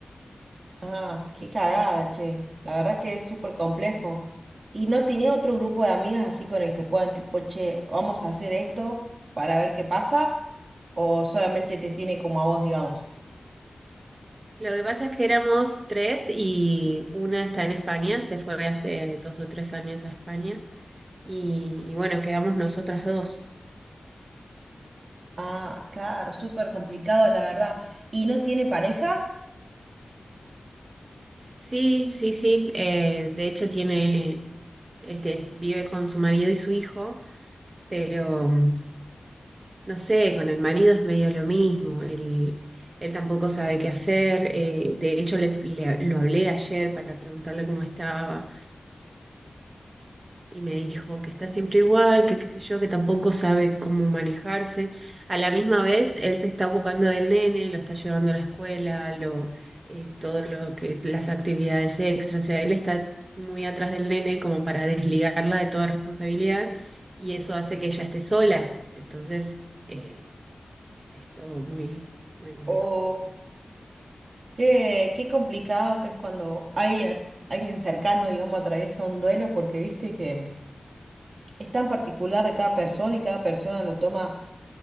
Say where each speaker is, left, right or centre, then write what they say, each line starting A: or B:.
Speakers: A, on the right; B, on the right.
A: Ah, qué cagada, che. La verdad que es súper complejo. ¿Y no tenía otro grupo de amigas así con el que puedan, tipo, che, vamos a hacer esto para ver qué pasa? ¿O solamente te tiene como a vos, digamos?
B: Lo que pasa es que éramos tres y una está en España, se fue hace dos o tres años a España y, y bueno, quedamos nosotras dos.
A: Ah, claro, súper complicado, la verdad. ¿Y no tiene pareja?
B: Sí, sí, sí, eh, de hecho tiene, este, vive con su marido y su hijo, pero mm, no sé, con el marido es medio lo mismo, él, él tampoco sabe qué hacer, eh, de hecho le, le- lo hablé ayer para preguntarle cómo estaba y me dijo que está siempre igual, que qué sé yo, que tampoco sabe cómo manejarse. A la misma vez, él se está ocupando del nene, lo está llevando a la escuela, lo, eh, todo lo que, las actividades extras, o sea, él está muy atrás del nene como para desligarla de toda responsabilidad y eso hace que ella esté sola. Entonces, eh, es todo muy, muy complejo.
A: ¿O qué, qué complicado que es cuando alguien, a- alguien cercano, digamos, atraviesa un duelo? Porque viste que mm, es tan particular de cada persona y cada persona lo toma